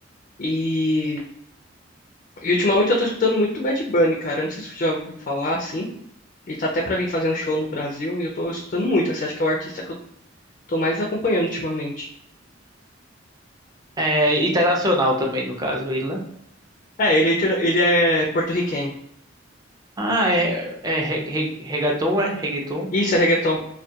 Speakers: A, on the left; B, on the right.
A: E, e ultimamente eu tô escutando muito Bad Bunny, cara. Eu Não sei se você já ouviu falar, assim. Ele tá até pra vir fazer um show no Brasil e eu tô escutando muito. Assim, acho que é o artista que eu tô mais acompanhando ultimamente.
B: É, internacional também, no caso, ele, né?
A: É, ele, é inter- ele é porto-riquenho.
B: Ah, é, é, re- re- reggaeton, é? Reggaeton?
A: Isso, é reggaeton.